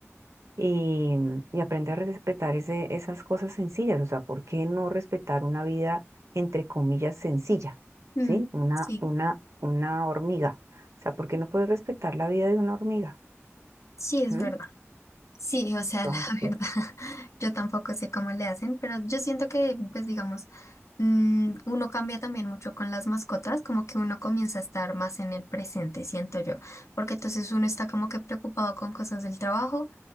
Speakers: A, on the right; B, on the left.
A: y, y aprende a respetar ese, esas cosas sencillas, o sea, ¿por qué no respetar una vida entre comillas sencilla?
B: Mm,
A: ¿Sí? Una,
B: sí,
A: una, una hormiga. O sea, ¿por qué no puedes respetar la vida de una hormiga?
B: sí, es
A: Ujú.
B: verdad. Sí, o
A: Entonces,
B: sea, <laughs> la verdad, yo tampoco sé cómo le hacen, pero yo siento que, pues digamos, mm, uno cambia también mucho con las mascotas, como que uno comienza a estar más en el presente, siento yo, porque entonces uno está como que preocupado con cosas del trabajo